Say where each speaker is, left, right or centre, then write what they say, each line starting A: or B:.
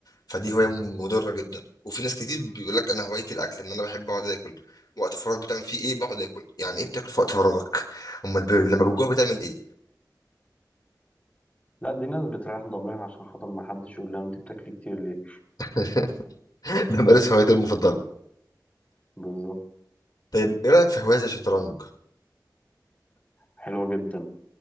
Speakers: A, on the left; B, on the left.
A: فدي هواية مضرة جدا وفي ناس كتير بيقول لك انا هوايتي الاكل ان انا بحب اقعد اكل وقت فراغ بتعمل فيه ايه بقعد اكل يعني ايه بتاكل في وقت فراغك امال ب- لما بتجوع بتعمل ايه
B: لا دي ناس بتريح ضميرها عشان خاطر ما حدش يقول لها انت بتاكلي كتير ليه
A: <laughs> انا مارس هوايتي المفضلة
B: بالظبط
A: طيب ايه رأيك في هواية زي الشطرنج
B: حلوة جدا